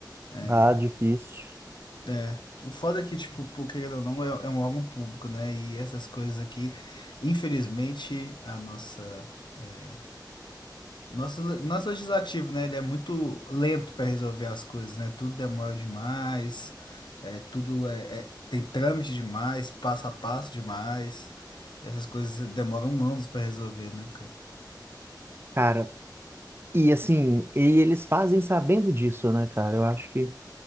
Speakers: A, on the left; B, on the right.
A: É,
B: Ah, difícil.
A: é. O foda é que, tipo, por querendo ou não, é, é um órgão público, né? E essas coisas aqui, infelizmente, a nossa. é, Nosso, nosso legislativo, né? Ele é muito lento para resolver as coisas, né? Tudo demora demais, é, tudo é, é- tem trâmite demais, passo a passo demais. E essas coisas demoram anos para resolver, né, cara?
B: Cara, e assim, e eles fazem sabendo disso, né, cara? Eu acho que